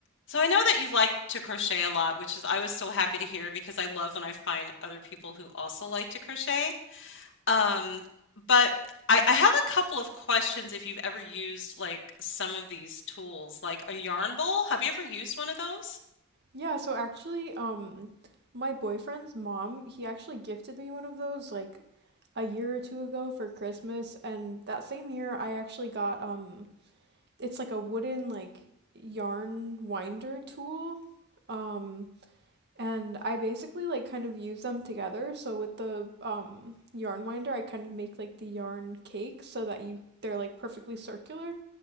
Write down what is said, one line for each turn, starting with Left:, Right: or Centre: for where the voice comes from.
Left: So I know that you like to crochet a lot, which is I was so happy to hear because I love when I find other people who also like to crochet. Um, but I, I have a couple of questions if you've ever used like some of these tools, like a yarn bowl. Have you ever used one of those?
Right: Yeah, so actually, um, my boyfriend's mom, he actually gifted me one of those like a year or two ago for Christmas, and that same year I actually got um it's like a wooden like yarn winder tool. Um, and I basically like kind of use them together. So with the um yarn winder, I kind of make like the yarn cake so that you they're like perfectly circular.